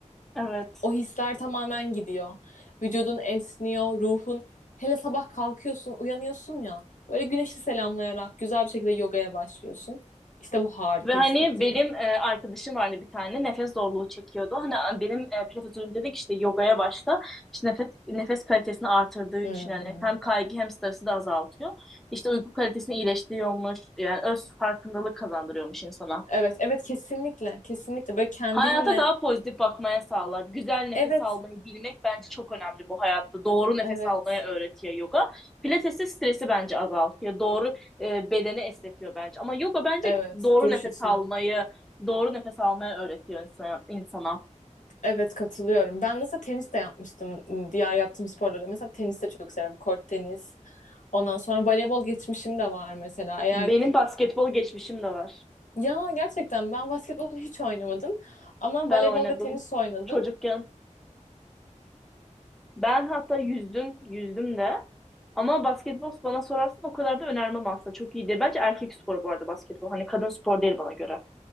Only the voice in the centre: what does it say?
evet.
Ve hani
benim e, arkadaşım vardı bir tane nefes zorluğu çekiyordu. Hani benim e, pilates hocam dedi ki işte yogaya başla. İşte nefes, nefes kalitesini artırdığı için
yani hem kaygı hem stresi de azaltıyor. İşte uyku kalitesini iyileştiriyormuş. Yani öz farkındalık kazandırıyormuş insana.
Hayata daha pozitif bakmaya sağlar. Güzel nefes
almayı bilmek bence çok önemli bu hayatta. Doğru nefes
almayı öğretiyor yoga. Pilates de stresi bence azaltıyor. Doğru e, bedeni esnetiyor bence. Ama yoga bence
doğru
nefes
almayı, doğru nefes almayı öğretiyor insana, insana.
Benim basketbol geçmişim de var.
Ben oynadım
çocukken. Ben hatta yüzdüm, yüzdüm de. Ama basketbol bana sorarsan o kadar da önermem aslında. Çok iyi değil. Bence erkek sporu bu arada basketbol. Hani kadın spor değil bana göre.